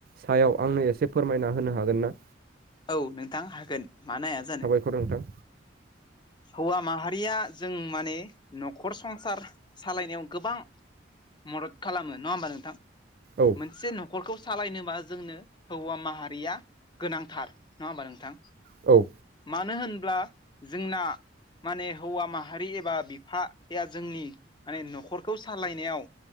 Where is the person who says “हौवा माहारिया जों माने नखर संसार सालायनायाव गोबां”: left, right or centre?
Left